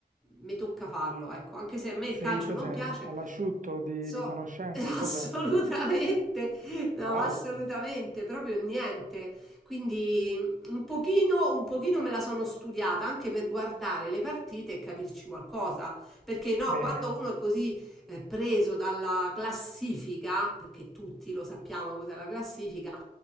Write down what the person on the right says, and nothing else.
Sei
cos'è?
All'asciutto di,
di conoscenze,
cos'è?
Wow,
bene.